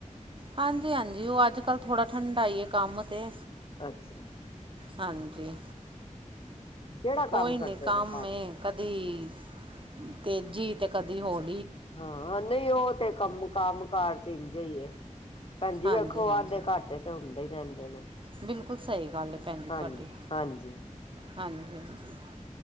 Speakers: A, on the right; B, on the left.
A: ਹਾਂਜੀ-ਹਾਂਜੀ ਉਹ ਅੱਜ ਕੱਲ ਥੋੜਾ ਠੰਡਾ ਹੀ ਹੈ, ਕੰਮ ਤੇ
B: ਅੱਛਾ।
A: ਹਾਂਜੀ।
B: ਅੱਛਾ। ਕਿਹੜਾ
A: ਕੋਈ
B: ਕੰਮ ਕਰਦੇ
A: ਨੀ ਕੰਮ
B: ਨੇ ਭਾਜੀ
A: ਇਹ ਕਦੀ ਤੇਜ਼ੀ। ਤੇ ਕਦੀ ਹੋਰ।
B: ਹਾਂ ਨਹੀਂ ਉਹ ਤੇ ਕੰਮ-ਕੰਮ ਕਾਰ ਚ ਇੰਝ ਹੀ ਇਹ ਭੈਣਜੀ
A: ਹਾਂਜੀ
B: ਵੇਖੋ
A: ਹਾਂਜੀ
B: ਵਾਧੇ ਘਾਟੇ ਤੇ ਹੁੰਦਾ ਏ ਨੇ। ਲਿਆਂਦੇ ਨੇ
A: ਬਿਲਕੁਲ ਸਹੀ ਗੱਲ ਹੈ। ਭੈਣ ਜੀ
B: ਹਾਂਜੀ
A: ਤੁਹਾਡੀ
B: ਹਾਂਜੀ
A: ਹਾਂਜੀ-ਹਾਂਜੀ।